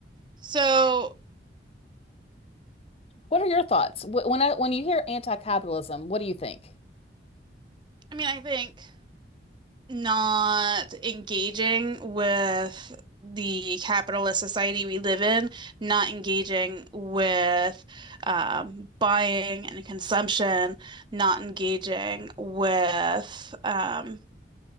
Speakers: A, on the right; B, on the left.
A: so
B: What are your thoughts? Wh- When I, when you hear anti-capitalism, what do you think?
A: I mean, I think. not engaging with the capitalist society we live in, not engaging with um, buying and consumption, not engaging with um,